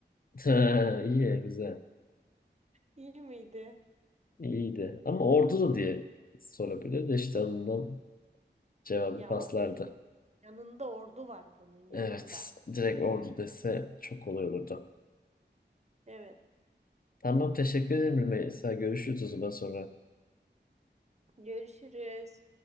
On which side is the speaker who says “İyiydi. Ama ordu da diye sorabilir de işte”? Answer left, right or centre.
Left